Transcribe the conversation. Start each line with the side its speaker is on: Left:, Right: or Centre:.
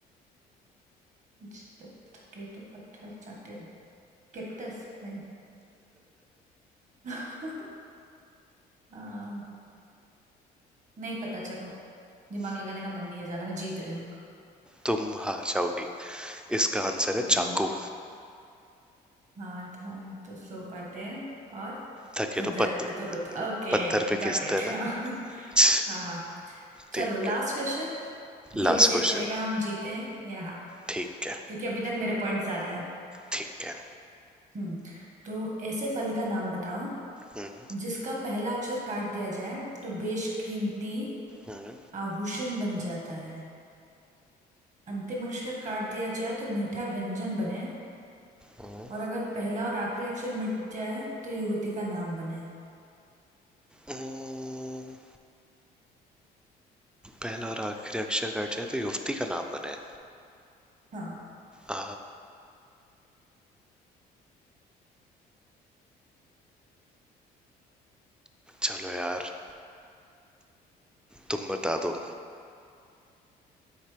Right: जब थके तो पत्थर चाटे कैक्टस नहीं <laughs> आ, नहीं पता चलो दिमाग लगाने का मन नहीं है ज्यादा मैं जीत रही हूँ
Centre: तुम हार जाओगी इसका आंसर है
Right: नहीं
Centre: चाकू
Right: है हाँ थाई तो सो काटे और
Centre: थके
Right: थक
Centre: तो
Right: जाए
Centre: पत्त,
Right: तो बता ओके
Centre: पत्थर पे
Right: Got
Centre: खींचते
Right: it
Centre: हैं ना
Right: <laughs> हाँ
Centre: छ,
Right: हाँ हाँ चलो
Centre: ठीक
Right: लास्ट
Centre: है
Right: क्वेश्चन ये
Centre: लास्ट
Right: डिसाइड
Centre: क्वेश्चन
Right: करेगा हम जीते या हार
Centre: ठीक है
Right: क्योंकि अभी तक मेरे पॉइंट ज्यादा है
Centre: ठीक है
Right: हम्म तो ऐसे फल का नाम बताओ
Centre: हम्म,
Right: जिसका पहला अक्षर काट दिया जाए तो बेशकीमती
Centre: हम्म,
Right: आभूषण बन जाता है अंतिम अक्षर काट दिया जाए तो मीठा व्यंजन बने
Centre: हम्म,
Right: और अगर पहला और आखिरी अक्षर मिट जाए तो युवती का नाम बने
Centre: हम्म। पहला और आखिरी अक्षर कट जाए तो युवती का नाम बने
Right: हाँ
Centre: आ, चलो यार तुम बता दो